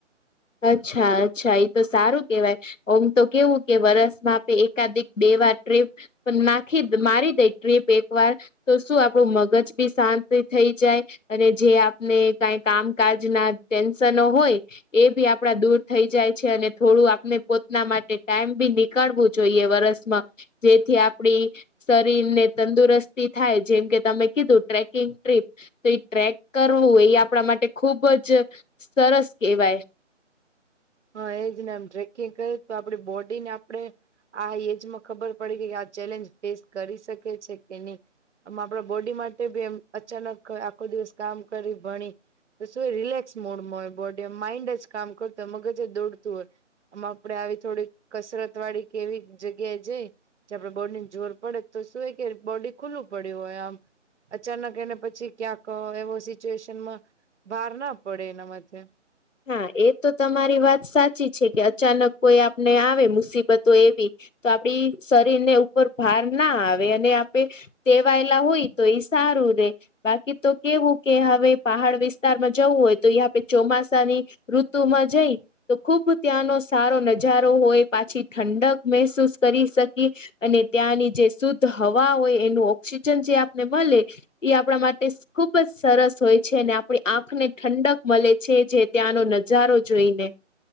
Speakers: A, on the left; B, on the right.
A: અચ્છા અચ્છા ઈ તો સારું કેવાય ઓમ તો કેવું કે વરસમાં આપે એકાદિક બે વાર ટ્રીપ પણ નાખી મારી દઈ ટ્રીપ એકવાર તો શું આપણું મગજ બી શાંતિ થઈ જાય. અને જે આપને કાઈ કામકાજના ટેન્શનો હોય એ ભી આપડા દૂર થઈ જાય છે અને થોડું આપણે પોતના માટે ટાઈમ બી નીકાળવું જોઈએ વરસમાં. જેથી આપડી શરીરને તંદુરસ્તી થાય જેમ કે તમે કીધું ટ્રેકિંગ ટ્રીપ. તો ઈ ટ્રેક કરવું એ આપણા માટે ખૂબ જ સરસ કહેવાય.
B: હા એ જ ને એમ ટ્રેકિંગ કરી તો આપડી બોડીને આપણે આ એજ માં ખબર પડી કે કે આ ચેલેન્જ ફેસ કરી શકે છે કે નહીં. આમ આપણા બોડી માટે ભી એમ અચાનક આખો દિવસ કામ કરી ભણી તો શું એ રિલેક્સ મોડમાં હોય બોડી આમ માઈન્ડ જ કામ કરતું હોય મગજ જ દોડતું હોય. આમ આપડે આવી થોડીક કસરતવાળી કે એવી જગ્યાએ જઈ જયાં આપણા બોડીને જોર પડે તો શું કે બોડી ખુલ્લું પડ્યું હોય આમ. અચાનક એને પછી ક્યાંક એવો સિચ્યુએશનમાં ભાર ના પડે એનાં માથે.
A: હા, એ તો તમારી વાત સાચી છે કે અચાનક કોઈ આપને આવે મુસીબતો એવી તો આપડી શરીરને ઉપર ભાર ના આવે અને આપે ટેવાયેલા હોય. તો ઈ સારું રે. બાકી તો કેવું કે હવે પહાડ વિસ્તારમાં જવું હોય તો ઈ આપે ચોમાસું ની ઋતુમાં જઈ તો ખૂબ ત્યાંનો સારો નજારો હોય, પાછી ઠંડક મહેસૂસ કરી શકી. અને ત્યાંની જે શુદ્ધ હવા હોય એનું ઓક્સિજન જે આપને મલે. એ આપણા માટે ખુબ જ સરસ હોય છે અને આપણી આંખને ઠંડક મળે છે જે. ત્યાંનો નજારો જોઈને.